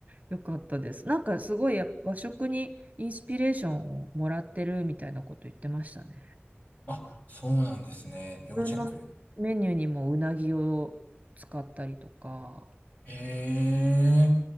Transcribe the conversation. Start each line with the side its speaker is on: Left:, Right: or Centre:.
Right: よかったです。なんかすごいや和食にインスピレーションをもらってるみたいなこと言ってましたね。
Left: あ、そうなんですね。
Right: 自分のメニューにもうなぎを使ったりとか。
Left: 要チェックで。へえ。